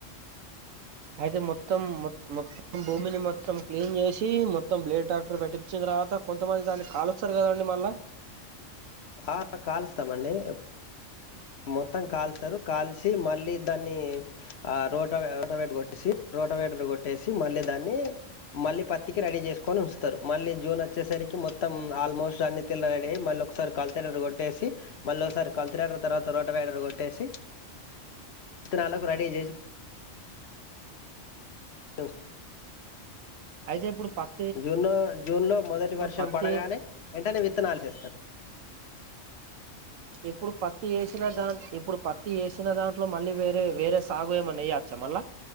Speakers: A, on the right; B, on the left.
A: అయితే మొత్తం మొత్తం భూమిని మొత్తం క్లీన్ చేసి మొత్తం బ్లేడ్ డాక్టర్ పెటిచున్ తర్వాత కొంతమంది దానికి కాలుస్తారు కదండి మళ్ళా
B: ఆ కలుష్టం అండీ మొత్తం కాలుస్తారు కాల్చి మళ్ళీ దాన్ని ఆ రోట రోటవేట కొట్టేసి రోటవేటర్ కొట్టేసి మళ్ళీ దాన్ని మళ్ళీ పత్తికి రెడీ చే కొని వస్తారు, మళ్ళీ జూన్ వచ్చేసరికి మొత్తం ఆల్మోస్ట్ అన్ని తీల్ల రెడ అయ్య మళ్ళీ ఒకసారి కల్థియేటర్ కొట్టేసి, మళ్ళ ఒకసారి కల్థియ తర్వాత రోట రైడర్ కొట్టేసి ఇత్తరాలకు రెడీ చేసి స
A: అయితే ఇప్పుడు పక్
B: జూన్లో జూన్లో మొదటి వర్షం
A: పత్తి
B: పడగానే వెంటనే విత్తనాలు చేస్తారు
A: ఇప్పుడు పత్తి వేసిన దాన్, ఇప్పుడు పత్తి వేసిన దాంట్లో మళ్ళీ వేరే వేరే సాగు ఏమన్నాయ వేయొచ్చా మల్ళా